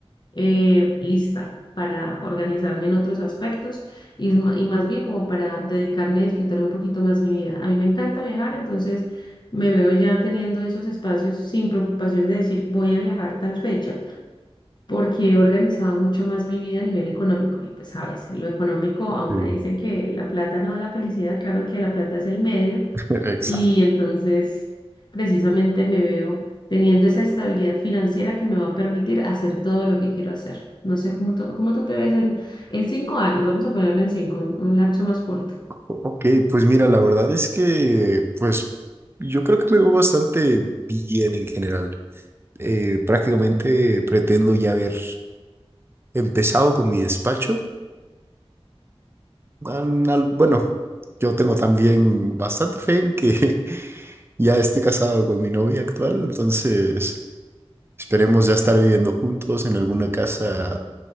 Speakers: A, on the left; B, on the right.
A: eh, lista para organizarme en otros aspectos y, es ma- y más bien como para dedicarme a disfrutar un poquito más mi vida. A mí me encanta viajar, entonces me veo ya teniendo esos espacios sin preocupación de decir voy a viajar tal fecha, porque he organizado mucho más mi vida a nivel económico. Y pues a veces lo económico, aunque
B: Sí,
A: dicen que la plata no da la felicidad, claro que la plata es el medio
B: <laughs> Exacto.
A: y entonces, precisamente me veo teniendo esa estabilidad financiera que me va a permitir hacer todo lo que quiero hacer. No sé cómo, to- cómo tú te ves en, en cinco años, vamos a ponerlo en cinco, un, un lapso más corto.
B: Ok, pues mira, la verdad es que, pues, yo creo que me veo bastante bien en general. eh, prácticamente pretendo ya haber empezado con mi despacho. An- al- Bueno, yo tengo también bastante fe en que <laughs> ya esté casado con mi novia actual, entonces esperemos ya estar viviendo juntos en alguna casa,